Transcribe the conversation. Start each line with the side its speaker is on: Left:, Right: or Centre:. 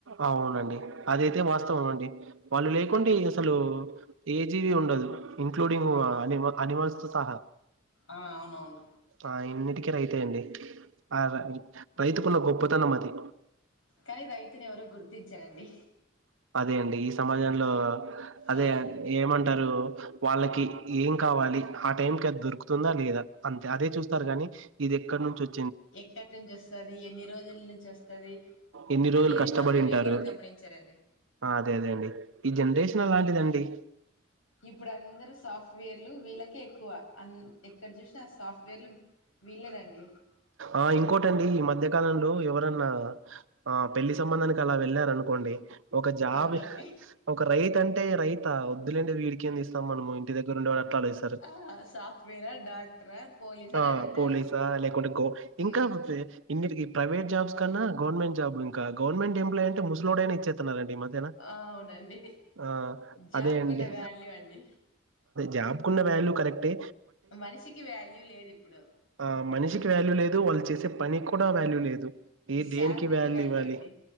Right: అవునండి అదయితే వాస్తవం
Left: ఆ
Right: అండి వాళ్ళు లేకుంటే
Left: అదే
Right: అసలు ఏజ్ వి ఉండదు ఇంక్లూడింగ్
Left: అవును
Right: అని అనిమల్స్ తో సహా
Left: ఆ అవునవును
Right: ఆ ఇన్నిటిక రైతె అండి ఆ రై రైతుకున్న గొప్పతనం మతి
Left: కానీ రైతుని ఎవరు గుర్తించారండి
Right: అదే అండి ఈ సమాజంలో అదే
Left: ఆ
Right: ఏమంటారు వాళ్ళకి ఏం కావాలి ఆ టైంకి అది దొరుకుతుందా లేదా అంతే అదే చూస్తారు కాని ఇది ఎక్కడ నుంచి వచ్చ్
Left: ఎక్కడి నుంచి వస్తది ఎన్ని రోజుల నుంచి వస్తది
Right: ఎన్ని రోజులు
Left: అని
Right: కష్టపడింటారు
Left: ఇ మాత్రం ఎవరు గమనించ చారండి
Right: అదే అదే అండి ఈ జనరేషన్
Left: హ్మ్
Right: అలాంటిదండి
Left: ఇప్పుడు అందరు సాఫ్ ఫ్ట్వేర్లు వీళ్ళకే ఎక్కువ అం ఎక్కడ చూసిన ఆ సాఫ్ట్వేర్లు వీళ్ళెనండి
Right: ఆ ఇంకోటండి ఈ మధ్యకాలంలో ఎవరన్నా ఆ పెళ్లి సంబంధానికి అలా వెళ్ళా అనుకోండి ఒక జాబ
Left: అవునండి
Right: ఒక రైతు అంటే రైత వద్దులేండి వీడికి ఎంది స్తా మనము ఇంటి దగ్గరు ఉండి వా అట్లాఇస్తరు
Left: ఆ సాఫ్ట్వేరా డాక్టరా పోలీస్ అని
Right: ఆ
Left: అడుగుతారు
Right: పోలీసా లేకుంటే గో ఇంకా
Left: మ్మ్
Right: ఇన్నిటికి ప్రైవేట్జాబ్స్ కన్నా గవర్మెంట్ జాబ్ ఇం గవర్నమెంట్ఎప్లాయ్ అంటే ముసలోడైనా ఇచేస్తున్నారండి ఈ మద్యనా
Left: అవునండి
Right: ఆ
Left: జాబ్కున్న
Right: అదే అండి
Left: వాల్యూ అండి
Right: జాబ్కున్న వాల్యూ కరెక్టె
Left: మనిషికి వాల్యూ లేదు ఇప్పుడు
Right: ఆ మనిషికి వాల్యూ లేదు వాళ్ళు చేసే పనికి కూడా వాల్యూ లేదు ఈ
Left: శాలరీకి
Right: దేనికి వ్యాల్యూ
Left: వాల్యూ
Right: ఇవ్వాలి
Left: అండి